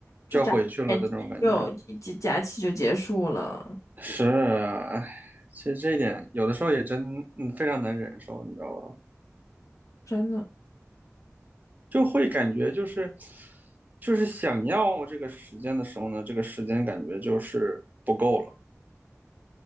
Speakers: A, on the left; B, on the right.
A: 就眨眼睛就假假期就结束了，
B: 就要回去了的那种感觉。是啊，唉，其实这一点有的时候也真嗯非常难忍受，你知道吧？
A: 真的。
B: 就会感觉就是就是想要这个时间的时候呢，这个时间感觉就是不够了。